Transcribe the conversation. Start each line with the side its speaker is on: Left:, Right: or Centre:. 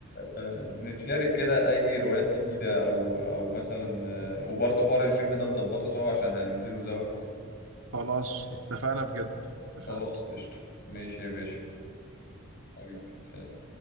Left: آه، نتشارك كده اي روايات جديدة او او مثلا آه، وبرضو حوار الجيم ده نظبطه سوا عشان هننزله سوا
Right: خلاص اتفقنا بجد
Left: فخلاص
Right: اتفقنا
Left: قشطة ماشي يا باشا حبيبي سلام.